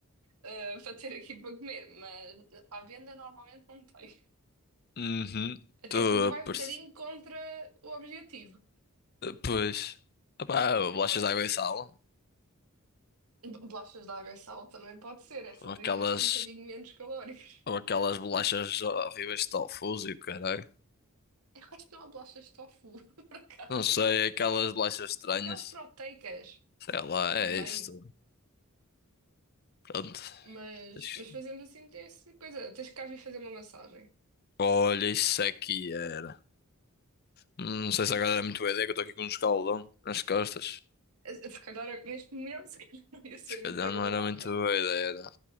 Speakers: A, on the right; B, on the left.
A: ah, para ter aqui para comer, mas para a venda normalmente não tem.
B: Uhum.
A: Até
B: Tô
A: porque vai
B: a perce-
A: um bocadinho contra o objetivo.
B: Pois. Epá, bolachas
A: Ora,
B: de água e sal.
A: bolachas de água e sal também pode ser, essas
B: Ou aquelas.
A: aí já são um bocadinho menos calóricas.
B: Ou aquelas bolachas horríveis de tofu e o caralho.
A: <laughs> Eu acho que não há bolachas de tofu, <laughs> por acaso.
B: Não sei, aquelas bolachas estranhas.
A: Aquelas proteicas
B: Sei lá, é
A: também.
B: isto. Pronto.
A: Mas,
B: Deixa-
A: mas fazemos assim, tem essa coisa. Tens que cá vir fazer uma massagem.
B: Olha, isso aqui era. Hum, Não sei se agora era muito boa ideia, que eu estou aqui com um escaldão nas costas.
A: Eh, Se calhar neste momento <laughs> se calhar não ia ser
B: Se calhar
A: muito agradável.
B: não era muito boa ideia, não.